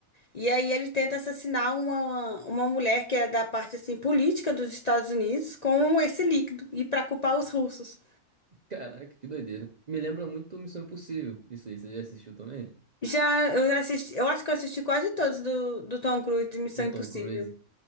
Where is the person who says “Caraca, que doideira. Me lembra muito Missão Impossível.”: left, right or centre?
Right